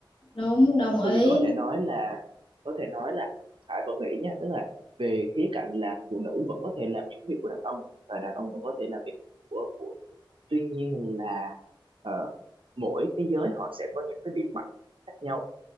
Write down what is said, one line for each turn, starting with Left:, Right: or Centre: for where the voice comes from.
Left: đúng đồng ý
Right: thì có thể nói là có thể nói là Hải vẫn nghĩ nha tức là về khía cạnh là phụ nữ vẫn có thể làm những việc của đàn ông và đàn ông vẫn có thể làm việc của phụ nữ tuy nhiên là ờ, mỗi cái giới họ sẽ có những cái điểm mạnh khác nhau